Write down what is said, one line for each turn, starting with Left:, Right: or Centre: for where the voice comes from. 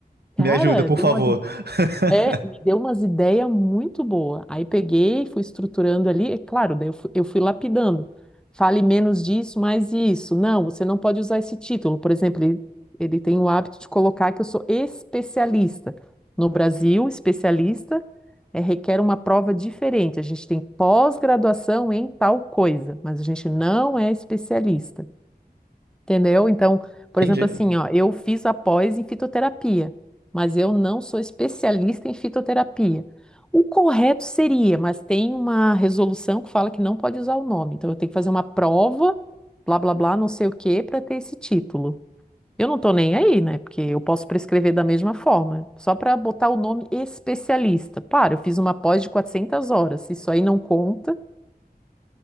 Centre: Cara,
Right: Me ajuda, por
Centre: deu
Right: favor.
Centre: uma
Right: <laughs>
Centre: é, me deu umas ideias muito boas. Aí peguei, fui estruturando ali, é claro, daí eu fui, eu fui lapidando. Fale menos disso, mais isso. Não, você não pode usar esse título. Por exemplo, ele, ele tem o hábito de colocar que eu sou especialista. No Brasil, especialista é, requer uma prova diferente. A gente tem pós-graduação em tal coisa, mas a gente não é especialista. Entendeu? Então, por
Right: Entendi.
Centre: exemplo, assim, ó, eu fiz a pós em fitoterapia, mas eu não sou especialista em fitoterapia. O correto seria, mas tem uma resolução que fala que não pode usar o nome. Então, eu tenho que fazer uma prova, blá, blá, blá, não sei o quê, para ter esse título. Eu não tô nem aí, né? Porque eu posso prescrever da mesma forma, só para botar o nome especialista. Para, eu fiz uma pós de 400 horas. Se isso aí não conta,